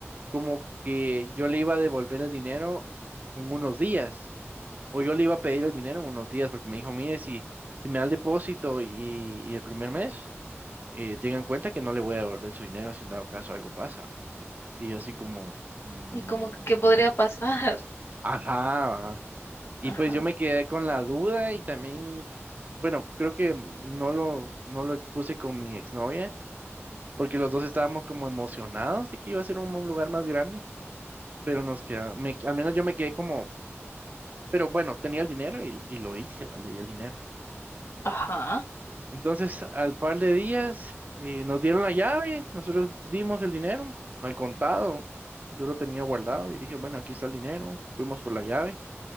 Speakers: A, on the right; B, on the left.
A: como que yo le iba a devolver el dinero en unos días, o yo le iba a pedir el dinero en unos días, porque me dijo, mire, si, si me da el depósito y, y el primer mes, eh, tengan en cuenta que no le voy a devolver su dinero si en dado caso algo pasa. Y yo así como, mm,
B: Y como que ¿qué podría pasar.
A: ajá. Y
B: <laughs> Ajá.
A: pues yo me quedé con la duda y también, bueno, creo que no lo, no lo expuse con mi exnovia, porque los dos estábamos como emocionados de que iba a ser un lugar más grande, pero nos queda, me, al menos yo me quedé como, pero bueno, tenía el dinero y, y lo hice, ¿vale? Y el dinero.
B: Ajá,
A: Entonces, al par de días, eh, nos dieron la llave, nosotros dimos el dinero al contado, yo lo tenía guardado y dije, bueno, aquí está el dinero, fuimos por la llave.